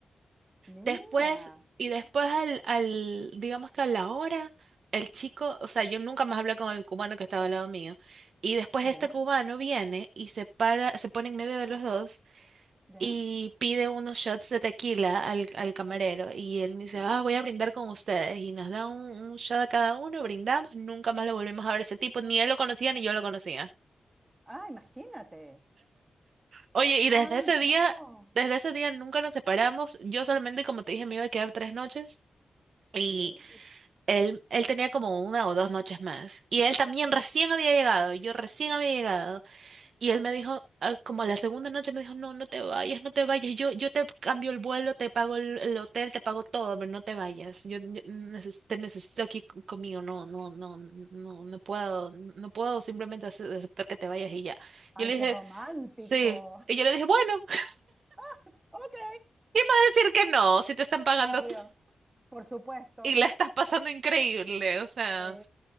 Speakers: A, on the right (about 20°); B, on the right (about 70°).
A: Mira.
B: Después, y después al, al, digamos que a la hora, el chico, o sea, yo nunca más hablé con el cubano que estaba al lado mío. Y después
A: ¿Ya?
B: este cubano viene y se para, se pone en medio de los dos
A: ¿Ya?
B: y pide unos shots de tequila al, al camarero. Y él me dice,
A: Mira.
B: ah, voy a brindar con ustedes. Y nos da un, un shot a cada uno, brindamos, nunca más lo volvimos a ver a ese tipo. Ni él lo conocía ni yo lo conocía.
A: Ah, imagínate.
B: Oye, y desde
A: Ay,
B: ese día,
A: no.
B: desde ese día nunca nos separamos. Yo solamente, como te dije, me iba a quedar tres noches. y
A: Mira.
B: Él, él tenía como una o dos noches más. Y él también recién había llegado, yo recién había llegado. Y él me dijo, ah, como la segunda noche me dijo, no, no te vayas, no te vayas. Yo, yo te cambio el vuelo, te pago el, el hotel, te pago todo, pero no te vayas. Yo, yo neces- te necesito aquí c- conmigo. No, no, no, no, no puedo, no puedo simplemente ace- aceptar que te vayas y ya.
A: Ay,
B: Yo le dije,
A: qué romántico.
B: sí. Y yo le dije, bueno, <laughs> ¿cómo
A: <laughs> Ok.
B: vas a decir que no, si te están pagando
A: Obvio.
B: tú
A: Por supuesto.
B: y la estás pasando increíble, o sea.
A: Sí.